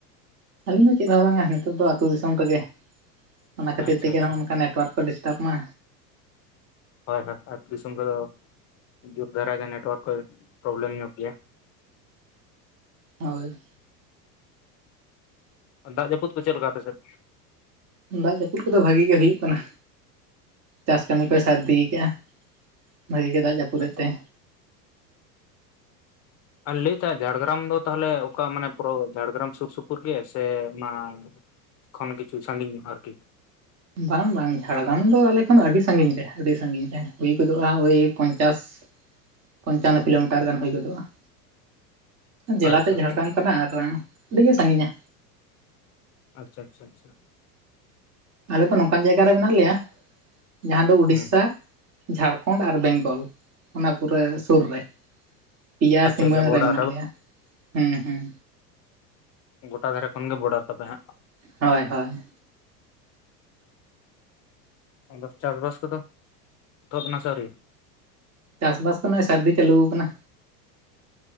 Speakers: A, on the right; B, on the left.
A: ᱟᱹᱞᱤᱧ ᱫᱚ ᱪᱮᱫ ᱦᱚᱸ ᱵᱟᱝᱟ, ᱱᱤᱛᱳᱜ ᱫᱚ ᱟᱹᱛᱳ ᱫᱤᱥᱚᱢ ᱨᱮᱜᱮ, ᱚᱱᱟ ᱠᱷᱟᱹᱛᱤᱨ
B: ᱟᱪᱪᱷᱟ
A: ᱛᱮᱜᱮ
B: ᱟᱪᱪᱷᱟ
A: ᱦᱚᱸᱜᱼᱚ ᱱᱚᱝᱠᱟ ᱱᱮᱴ ᱴᱚᱣᱟᱨᱠ ᱠᱚ ᱰᱤᱥᱴᱟᱵᱽ ᱢᱟ᱾
B: ᱦᱳᱭ ᱦᱳᱭ ᱟᱹᱛᱩ ᱫᱤᱥᱚᱢ ᱨᱮᱫᱚ ᱡᱳᱨ ᱫᱷᱟᱨᱟ ᱜᱮ ᱱᱮᱴᱚᱣᱟᱨᱠ ᱠᱚᱭ ᱯᱨᱚᱵᱞᱮᱢ ᱧᱚᱜ ᱜᱮᱭᱟ᱾
A: ᱦᱳᱭ᱾
B: ᱫᱟᱜ ᱡᱟᱹᱯᱩᱫ ᱠᱚ ᱪᱮᱫ ᱞᱮᱠᱟ ᱟᱯᱮ ᱥᱮᱫ?
A: ᱫᱟᱜ ᱡᱟᱹᱯᱩᱫ ᱠᱚᱫᱚ ᱵᱷᱟᱜᱮ ᱜᱮ ᱦᱩᱭᱩᱜ ᱠᱟᱱᱟ᱾ ᱪᱟᱥ ᱠᱟᱹᱢᱤ ᱠᱚᱭ ᱥᱟᱨᱤᱫᱤ ᱠᱟᱜᱼᱟ, ᱵᱷᱟᱜᱮ ᱜᱮ ᱫᱟᱜ ᱡᱟᱹᱯᱩᱫᱮᱫ
B: ᱟᱪᱪᱷᱟ
A: ᱛᱮᱭ᱾
B: ᱟᱨ ᱞᱮᱭᱮᱫ ᱛᱟᱦᱮᱸᱫ ᱡᱷᱟᱲᱜᱨᱟᱢ ᱫᱚ ᱛᱟᱦᱚᱞᱮ ᱚᱠᱟ ᱢᱟᱱᱮ ᱯᱨᱳ ᱡᱷᱟᱲᱜᱨᱟᱢ ᱥᱩᱨ ᱥᱩᱯᱩᱨ ᱜᱮ ᱥᱮ ᱚᱱᱟ ᱠᱷᱚᱱ ᱠᱤᱪᱷᱩ ᱥᱟᱺᱜᱤᱧ ᱧᱚᱜ ᱟᱨᱠᱤ,
A: ᱵᱟᱝ ᱵᱟᱝ ᱡᱷᱟᱲᱜᱨᱟᱢ ᱫᱚ ᱟᱞᱮ ᱠᱷᱚᱱ ᱫᱚ ᱟᱹᱰᱤ ᱥᱟᱺᱜᱤᱧ ᱨᱮ ᱟᱹᱰᱤ ᱥᱟᱺᱷᱤᱧ ᱨᱮ ᱦᱩᱭ ᱜᱚᱫᱚᱜᱼᱟ ᱳᱭ ᱯᱚᱧᱪᱟᱥ,
B: <unintelligible>
A: ᱯᱚᱧᱪᱟᱱᱱᱚ ᱠᱤᱞᱳᱢᱤᱴᱟᱨ ᱜᱟᱱ ᱦᱩᱭ ᱜᱚᱫᱚᱜᱼᱟ᱾ ᱡᱮᱞᱟ
B: ᱟᱪᱪᱷᱟ
A: ᱛᱮᱫ ᱡᱷᱟᱲᱜᱨᱟᱢ
B: ᱟᱪᱪᱷᱟ
A: ᱠᱟᱱᱟ ᱟᱨ ᱟᱹᱰᱤ ᱜᱮ ᱥᱟᱺᱜᱤᱧᱟ᱾
B: ᱟᱪᱪᱷᱟ ᱪᱷᱟ ᱪᱷᱟ᱾
A: ᱟᱞᱮ ᱫᱚ ᱱᱚᱝᱠᱟᱱ ᱡᱟᱭᱜᱟ ᱨᱮ ᱢᱮᱱᱟᱜ ᱞᱮᱭᱟ, ᱡᱟᱦᱟᱸ ᱫᱚ ᱩᱰᱤᱥᱥᱟ,
B: ᱦᱩᱸ
A: ᱡᱷᱟᱲᱠᱷᱚᱱᱰ ᱟᱨ ᱵᱮᱝᱜᱚᱞ ᱚᱱᱟ ᱯᱩᱨᱟᱹ ᱥᱩᱨ ᱨᱮ᱾ ᱯᱮᱭᱟ
B: ᱟᱪᱪᱷᱟ
A: ᱥᱤᱢᱟᱹ
B: ᱟᱪᱪᱷᱟ ᱵᱚᱰᱟᱨ
A: ᱨᱮ ᱢᱮᱱᱟᱜ ᱞᱮᱭᱟ, ᱦᱩᱸ ᱦᱩᱸ᱾
B: ᱜᱚᱴᱟ ᱫᱷᱟᱨᱮ ᱠᱷᱚᱱ ᱜᱮ ᱵᱚᱰᱟᱨ ᱛᱟᱯᱮ ᱦᱟᱸᱜ᱾
A: ᱦᱚᱭ ᱦᱚᱭ᱾
B: ᱟᱫᱚ ᱪᱟᱥᱵᱟᱥ ᱠᱚᱫᱚ, ᱮᱛᱚᱦᱚᱵ ᱮᱱᱟ ᱥᱮ ᱟᱹᱣᱨᱤ?
A: ᱪᱟᱥᱵᱟᱥ ᱠᱚ ᱱᱚᱜᱼᱚᱭ ᱥᱟᱹᱨᱫᱤ ᱪᱟᱹᱞᱩᱣ ᱠᱟᱱᱟ᱾